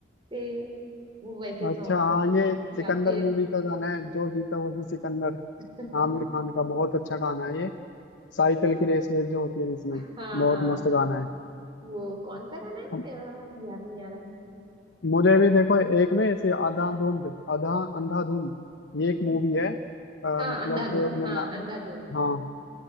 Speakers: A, on the right (about 25°); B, on the left (about 75°).
A: से वो वैसे
B: अच्छा
A: सॉन्ग
B: हाँ ये सिकंदर
A: या फिर
B: मूवी का गाना है जो जीता वही सिकंदर
A: <laughs>
B: आमिर खान का बहुत अच्छा गाना है ये साइकिल की रेस वेस जो होती है जिसमें
A: हाँ
B: बहुत
A: हाँ
B: मस्त गाना है
A: वो कौन सा गाना
B: हम-
A: है अ, याद नहीं आ रहा है
B: मुझे भी देखो एक ना ऐसे आधा धुंध आधा अंधाधुंध ये एक
A: हम्म,
B: मूवी है अ,
A: हाँ
B: मतलब
A: अंधाधुन
B: मैं
A: हाँ
B: ना
A: अंधाधुन
B: हाँ